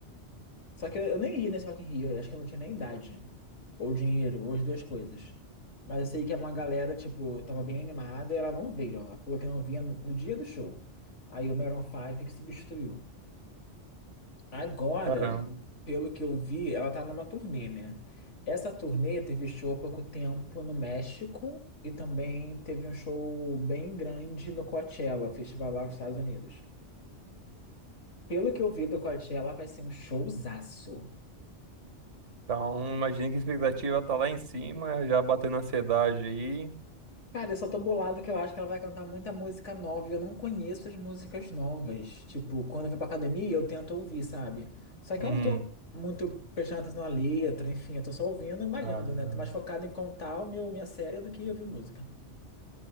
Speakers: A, on the left; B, on the right.
A: Só que eu, eu nem ia nesse Rock in Rio, eu acho que eu não tinha nem idade. Ou dinheiro, ou as duas coisas. Mas eu sei que uma galera, tipo, tava bem animada e ela não veio, ó. Ela falou que não vinha no dia do show. Aí o Maroon five que substituiu. Agora,
B: Caramba.
A: pelo que eu vi, ela tá numa turnê, né? Essa turnê teve show há pouco tempo no México e também teve um show bem grande no Coachella, festival lá nos Estados Unidos. Pelo que eu vi do Coachella, vai ser um showzaço.
B: Então, imagina que a expectativa tá lá em cima, já batendo ansiedade aí.
A: Cara, eu só tô bolado que eu acho que ela vai cantar muita música nova e eu não conheço as músicas novas. Tipo, quando eu vou pra academia, eu tento ouvir, sabe? Só que
B: Uhum.
A: eu não tô muito prestando atenção na letra, enfim, eu tô só ouvindo e malhando,
B: Ah,
A: né? Tô mais focado em contar o meu, minha série do que ouvir música.